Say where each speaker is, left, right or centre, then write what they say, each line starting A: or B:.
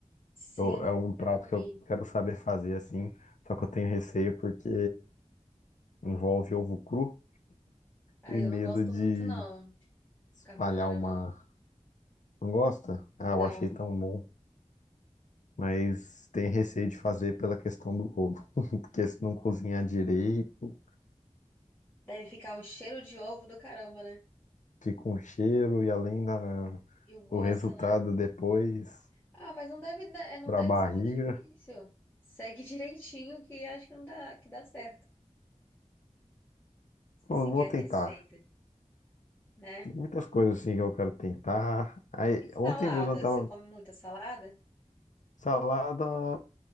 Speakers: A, on the left; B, on the left.
A: sim,
B: Eu- é um prato
A: já comi.
B: que eu quero saber fazer assim, só que eu tenho receio porque envolve ovo cru
A: Ah,
B: e
A: eu
B: medo
A: não gosto
B: de
A: muito, não.
B: espalhar
A: Carbonara,
B: uma
A: não.
B: gosta Ah,
A: Não.
B: eu achei tão bom, mas tenho receio de fazer pela questão do ovo, <laughs> porque se não cozinhar direito,
A: Deve ficar um cheiro de ovo do caramba, né?
B: fica um cheiro e além da,
A: E o gosto,
B: do resultado
A: né?
B: depois
A: Ah, mas não deve, da- é, não
B: para
A: deve
B: a barriga.
A: ser muito difícil. Segue <laughs> direitinho que acho que não dá, que dá certo. Se
B: Pô,
A: seguir
B: eu vou
A: a
B: tentar.
A: receita, né?
B: Tem muitas coisas assim que eu quero tentar. Aí,
A: E salada,
B: ontem mesmo eu tava
A: você come muita salada?
B: salada.